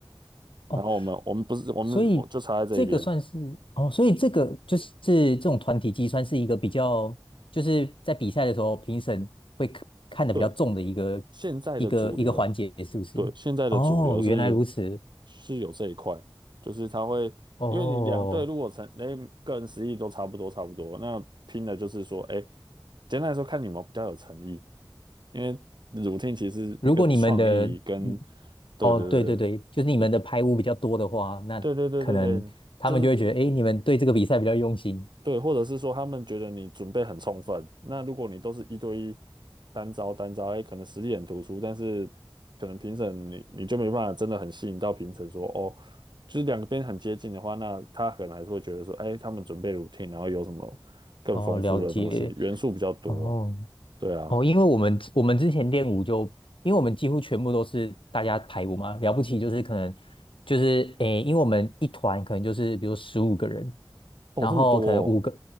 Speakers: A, on the left; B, on the right.
A: 哦，
B: 然后我们我们不是我们我就差在这一边。
A: 所以这个算是哦，所以这个就是这种团体技算是一个比较，就是在比赛的时候评审会看看得比较重的一个
B: 对，现在的主流，
A: 一个一个环节，是不是？
B: 对，现在的主流是
A: 哦，原来如此。
B: 是有这一块，就是他会，
A: 哦
B: 因为你两队如果成，哎，个人实力都差不多差不多，那拼的就是说，哎，简单来说，看你们比较有诚意，因为 r o 其实一个创意跟，
A: 如果你们的，嗯
B: 对对
A: 哦，对对对，就是你们的排污比较多的话，
B: 对。
A: 那可能他们就会觉得，
B: 对对对对对，就是
A: 哎，你们对这个比赛比较用心。
B: 对，或者是说他们觉得你准备很充分，那如果你都是一对一单招单招，哎，可能实力很突出，但是可能评审你你就没办法真的很吸引到评审说哦，就是两边很接近的话，那他可能还是会觉得说，哎，他们准备 routine，然后有什么更丰富的东西，
A: 哦，了解。
B: 元素比较多，
A: 哦，
B: 对啊，
A: 哦，因为我们我们之前练舞就，因为我们几乎全部都是大家排舞嘛，了不起就是可能就是诶，因为我们一团可能就是比如十五个人，
B: 哦，
A: 然后可能五个
B: 这么多